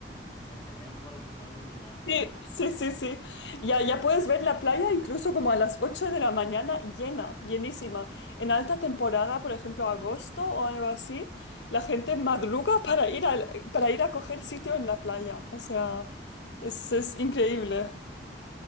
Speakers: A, on the left (about 30°); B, on the left (about 80°).
A: Se pelean por ocupar un lugar, me
B: Sí,
A: imagino.
B: sí, sí, sí. Ya, ya puedes ver la playa incluso como a las 8 de la mañana llena, llenísima. En alta temporada, por ejemplo, agosto o algo así, la gente madruga para ir al- para ir a coger sitio en la playa. O sea, es, es increíble.